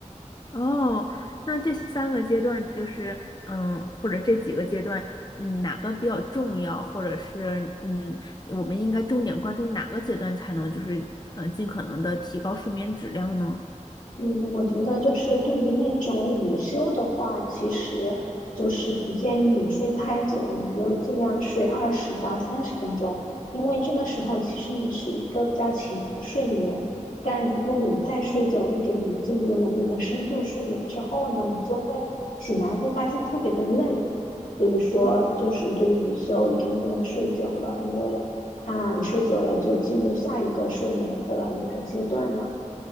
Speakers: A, on the left; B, on the left.
A: 哦，那这三个阶段就是，嗯，或者这几个阶段，嗯，哪个比较重要，或者是，嗯，我们应该重点关注哪个阶段才能，就是，嗯，尽可能的提高睡眠质量呢？
B: 嗯，我觉得就是对于那种午休的话，其实就是不建议你睡太久，你就尽量睡二十到三十分钟，因为这个时候其实你是一个比较浅的睡眠。但如果你再睡久一点，你进入了那个深度睡眠之后呢，你就会醒来会发现特别的累。所以说，
A: 嗯
B: 就是对于午休一定不能睡久了，因为它你睡久了就进入下一个睡眠的那个阶段了。